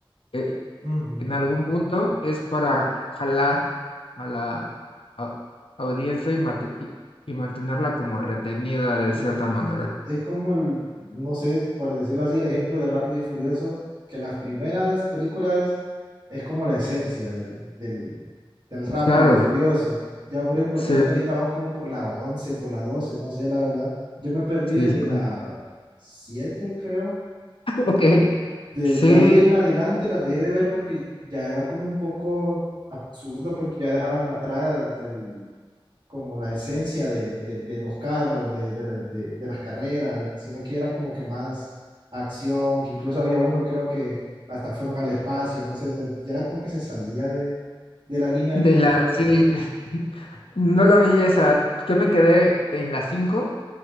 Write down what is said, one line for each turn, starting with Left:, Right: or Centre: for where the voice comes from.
Left: eh,
Right: Ujú,
Left: en algún punto es para jalar a la a- audiencia y, mate- y, y mantenerla como retenida de
Right: ah,
Left: cierta manera.
Right: Es como, el- no sé, por decirlo así, el ejemplo de Rápido y Furioso, que las primeras películas es como la esencia del, del, del rápido
Left: Claro,
Right: y furioso. Ya, por ejemplo,
Left: sí,
Right: creo que ahorita van como por la 11 por la 12 no sé, la verdad. Yo me perdí
Left: sí,
Right: desde
Left: sí. <laughs>
Right: la 7 creo.
Left: Ok,
Right: Desde
Left: sí,
Right: ahí en adelante las dejé de ver porque ya era como un poco absurdo porque ya dejaban atrás el, como la esencia de, de, de los carros, de, de, de de las carreras, sino que era como que más acción, que incluso había uno creo que hasta fueron al espacio, no sé, se- ya era como que se salía de, de la línea
Left: de
Right: de películas.
Left: la, sí, <laughs> no la vi esa, yo me quedé en la cinco